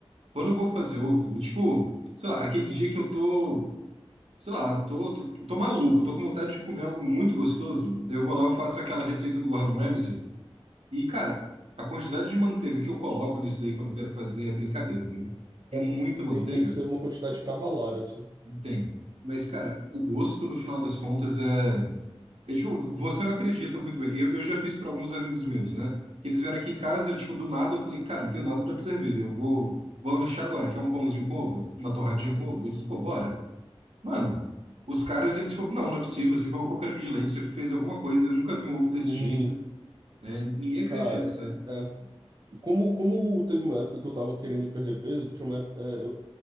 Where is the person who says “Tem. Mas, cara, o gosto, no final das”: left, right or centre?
Right